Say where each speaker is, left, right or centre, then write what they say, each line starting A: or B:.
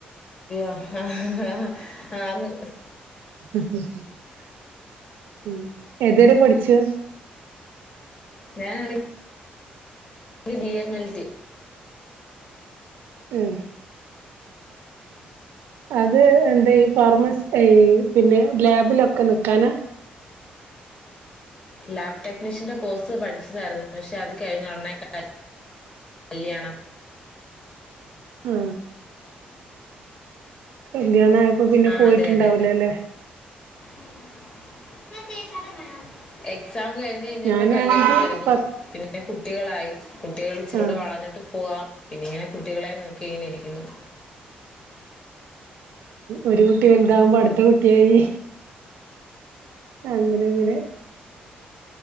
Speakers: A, on the left; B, on the right.
A: ആഹ് ഹാം ആന്ന്
B: മ് ഹ് ഏതുവരെ പഠിച്ചു
A: ഞാനാണെങ്കി- ഡിഎംഎൽടി-
B: മ് അത് എന്താ ഈ ഫാർമസ് ഐ പിന്നെ ലാബിൽ ഒക്കെ നിൽക്കാനാ
A: ലാബ് ടെക്നീഷ്യന്റെ കോഴ്സ് പഠിച്ചതായിരുന്നു പക്ഷേ അത് കഴിഞ്ഞ ഉടനെ എന്റെ കല്യാണം
B: ആ കല്യാണആയപ്പോ പിന്നെ
A: ആ
B: പോയിട്ടുണ്ടാവില്ല
A: അതെ അതെ അതെ
B: അല്ലേ
A: <unintelligible> എക്സാം കഴിഞ്ഞപ്പോൾ
B: ഞാനാണെങ്കി
A: പിന്നെ കല്യാണം ആയിരുന്നു
B: പ
A: കുട്ടികളായി കുട്ടികൾ ഇചിരിയുടെ
B: ആഹ്
A: വളർന്നിട്ട് പോവാം പിന്നെങ്ങനെ കുട്ടികളെ നോക്കി ഇങ്ങനെയിരിക്കുന്നു
B: ഒരു കുട്ടി ഉണ്ടാവുമ്പോൾ അടുത്ത കുട്ടി ഉണ്ടായി അങ്ങനെ അങ്ങനെ